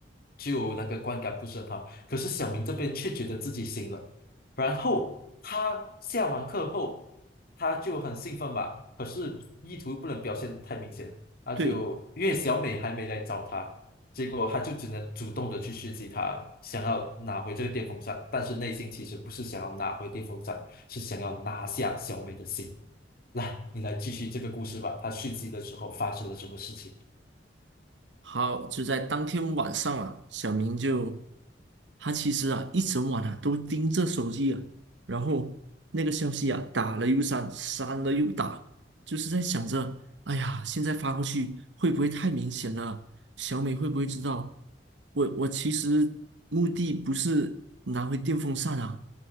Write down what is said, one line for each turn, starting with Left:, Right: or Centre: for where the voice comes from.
Left: 就那个观感不是很好。可是小明这边却觉得自己行了，然后他下完课后，他就很兴奋吧，可是意图不能表现的太明显，他就因为小美还没来找他。
Right: 对。
Left: 结果他就只能主动的去试击他，想要拿回这个电风扇，但是内心其实不是想要拿回电风扇，是想要拿下小美的心。来，你来继续这个故事吧。他续集的时候发生了什么事情？
Right: 好，就在当天晚上啊，小明就他其实啊一整晚啊都盯着手机啊，然后那个消息啊打了又删，删了又打，就是在想着，哎呀，现在发过去会不会太明显了？小美会不会知道？我我其实目的不是拿回电风扇啊。